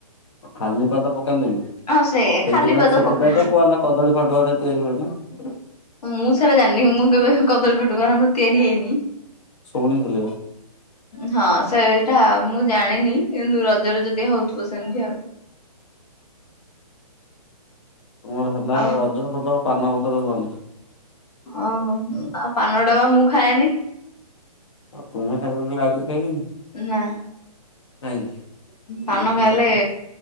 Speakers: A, on the left (about 50°); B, on the left (about 75°).
A: ଖାଲି ପାଦ ପକାନ୍ତିନି ସେଥିପାଇଁ
B: ହଁ ସେ ଖାଲି ପାଦ
A: ସେଥିପାଇଁ
B: ପକାନ୍ତିନି।
A: ତ କୁହା ହେଲା କଦଳୀ ଫାଟୁଆରେ ତିଆରି ହୁଏ ନା।
B: ମୁଁ ସେଟା ଜାଣିନି ମୁଁ କେବେ କଦଳୀ ଫଟୁଆ ମୋର ତିଆରି ହେଇନି
A: ସଉଣି ଚଲେଇବା।
B: ହଁ ସେଇଟା ମୁଁ ଜାଣିନି କିନ୍ତୁ ରଜରେ ଯଦି ହଉଥିବ ସେମିତି ଆଉ
A: ତୁମର ହେଲା
B: ଆଉ
A: ରଜ ଫଜ ପାନ। <unintelligible>
B: ଆଉ ମ ଆଉ ପାନ ଟା ବା ମୁଁ ଖାଏନି।
A: ଆଉ ତୁମେ ଖାଇବନି ବୋଲି ଆଉ କେହି ଖାଇବେନି।
B: ନା
A: କାହିଁକି
B: ପାନ
A: ଇଏ କି
B: ଖାଇଲେ
A: କଥା